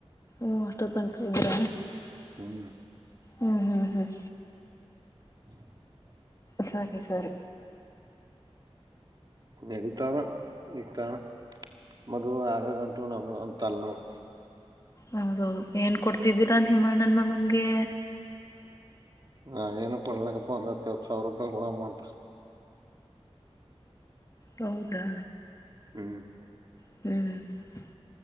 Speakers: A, on the left; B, on the right.
A: ಓ ಅಷ್ಟೋ ತನಕ ಇದ್ರ.
B: ಹ್ಮ.
A: ಹ್ಮ್, ಹ್ಮ್, ಹ್ಮ್
B: <inaudible>
A: ಸರಿ, ಸರಿ
B: <unintelligible>
A: ಹೌದು ಏನ್ ಕೊಡ್ತಿದ್ದೀರಾ ನಿಮ್ಮಣ್ಣನ್ ಮಗನ್ಗೆ.
B: ನಾವೇಏನು ಕೊಡ್ಲಕ್ಕಪ್ಪ ಒಂದ ಹತ್ತು ಸಾವಿರ ರೂಪಾಯಿ ಕೂಡ ಅಮೌಂಟ್.
A: ಹೌದಾ,
B: ಹ್ಮ್,
A: ಹ್ಮ್,